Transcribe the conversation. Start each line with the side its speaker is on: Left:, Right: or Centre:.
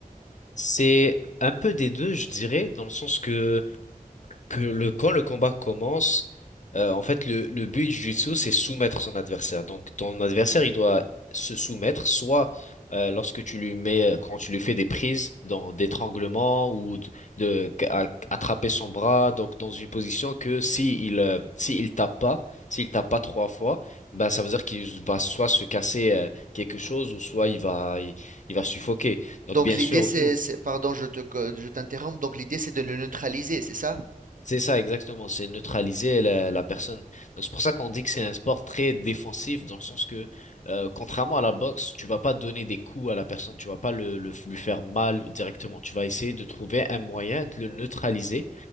Left: C'est un peu des deux, je dirais, dans le sens que que le, quand le combat commence, euh, en fait, le, le but du jiu-jitsu, c'est soumettre son adversaire. Donc, ton adversaire, il doit se soumettre, soit euh, lorsque tu lui mets, euh, quand tu lui fais des prises, dans d'étranglement ou de, de a- attraper son bras, donc dans une position que si il, euh, si il tape pas, s'il tape pas trois fois, bah ça veut dire qu'il va soit se casser euh, quelque chose ou soit il va, il, il va suffoquer.
Right: Donc
Left: Donc, bien
Right: l'idée
Left: sûr,
Right: c'est,
Left: nous.
Right: c'est- pardon, je te, je t'interromps. Donc l'idée c'est de le neutraliser, c'est ça?
Left: C'est ça, exactement. C'est neutraliser la, la personne. Donc c'est pour ça qu'on dit que c'est un sport très défensif, dans le sens que, euh, contrairement à la boxe, tu vas pas donner des coups à la personne, tu vas pas le, le- lui faire mal directement. Tu vas essayer de trouver un moyen de le neutraliser